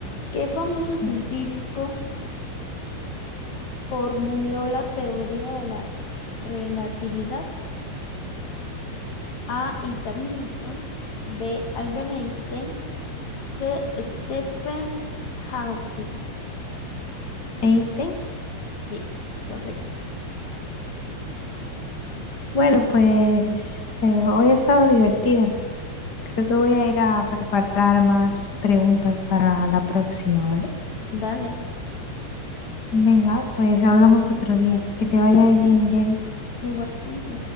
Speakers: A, on the left; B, on the left.
A: ¿Qué famoso científico
B: Vale.
A: formuló la teoría de la relatividad? A. Isaac Newton. B. Albert Einstein. C. Stephen Hawking.
B: ¿Einstein?
A: Sí, correcto.
B: Bueno, pues eh, hoy ha estado divertido. Creo que voy a ir a preparar más preguntas para la próxima, ¿vale?
A: Dale,
B: Venga, pues hablamos otro día. Que te vaya bien, Jenny.
A: igualmente.